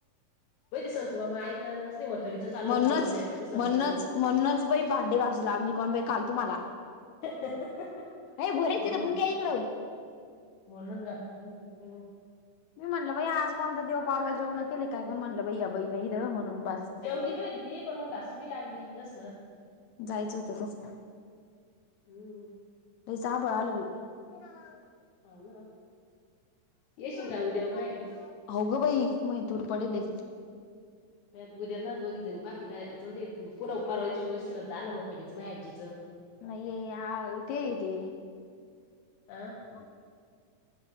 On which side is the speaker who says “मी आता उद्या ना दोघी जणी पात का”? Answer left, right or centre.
Left